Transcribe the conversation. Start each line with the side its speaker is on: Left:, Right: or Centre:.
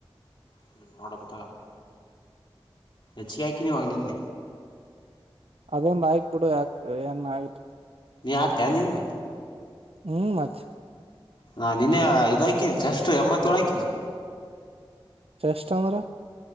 Left: ಹ್ಮ ನೋಡತ್ ಹೆಚ್ಚ ಹಾಯ್ಕೀನಿವಾಗ ನಿನ್ನೆ.
Right: ಅದೊಂದ ಹಾಕಿ ಬಿಡು ಯಾಕ ಏನ್ ಆತ್
Left: ನೀ ಹಾಕ್ಕತಿ ಎನ್ ಇನ್ನ
Right: ಹ್ಮ್ ಮತ್ತ
Left: ಹಾ ನಿನ್ನೆ ಇದಾಯ್ಕಿನಿ ಚಷ್ಟ ಎಂಬತ್ತೇಳು ಹಾಕಿನಾ
Right: ಚಷ್ಟಟ ಮರ